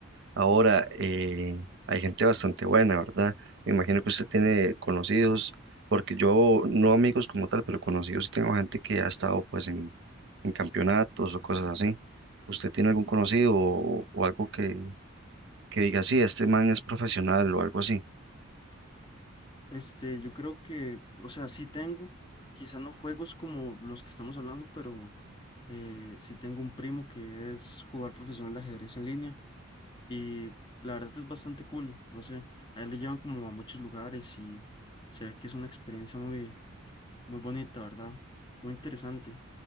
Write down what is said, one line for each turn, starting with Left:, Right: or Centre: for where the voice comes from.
Right: Ahora, eh, hay gente bastante buena, ¿verdad? Me imagino que usted tiene conocidos, porque yo, no amigos como tal, pero conocidos, sí tengo gente que ha estado pues en, en campeonatos o cosas así. ¿Usted tiene algún conocido o, o algo que, que diga, sí, este man es profesional o algo así.
Left: Este, yo creo que, o sea, sí tengo, quizá no juegos como los que estamos hablando, pero eh, sí tengo un primo que es jugador profesional de ajedrez en línea y la verdad es bastante cool, no sé, a él lo llevan como a muchos lugares y se ve que es una experiencia muy Muy bonita, ¿verdad? Muy interesante.